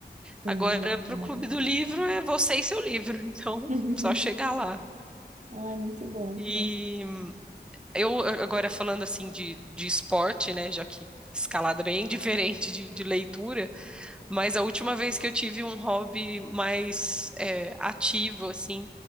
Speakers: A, on the right; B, in the centre.
A: Sim,
B: Agora,
A: e é caro.
B: para o Clube do Livro, é você e seu livro, <laughs> então
A: <laughs>
B: só chegar lá.
A: Ai, muito bom.
B: E
A: Nossa,
B: eu agora falando assim de, de esporte, né, já que escalada é bem <laughs> diferente de, de leitura, mas a última vez que eu tive um hobby mais é, ativo, assim,